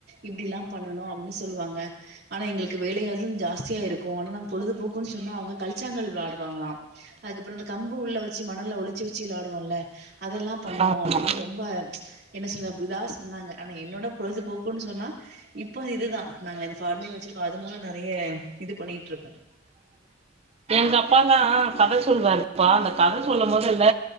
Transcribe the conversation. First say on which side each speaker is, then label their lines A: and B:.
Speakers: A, on the right; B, on the right.
A: இப்டி எல்லா பண்ணுனோ அப்டின்னு சொல்லுவாங்க ஆனா எங்களுக்கு வேலை எம் ஜாஸ்தியா இருக்கும் ஆனா நாங்க பொழுதுபோக்குன்னு சொன்னா அவங்க கழச்சாங்கல் விளையாடுவாங்களாம் அதுக்கப்புறோ இந்த கம்பு உள்ள வச்சு மணல்ல ஒழிச்சு வச்சு விளையாடுவோம்ல அதெல்லா பண்ணுவோம்
B: ஆமா
A: அப்டின்னு ரொம்ப என்ன சொல்லுவே பிளாஸ் சொன்னாங்க ஆனால் என்னோட பொழுதுபோக்குன்னு சொன்னா இப்ப இதுதான் நாங்க இந்த பஃபார்மிங் வச்சிருக்கோம் அது மூலம் நெறையா இது பண்ணிட்டு இருக்கோம்
B: எங்க அப்பாலா கத சொல்லுவாருப்பா அந்த கத சொல்லும்பதல்ல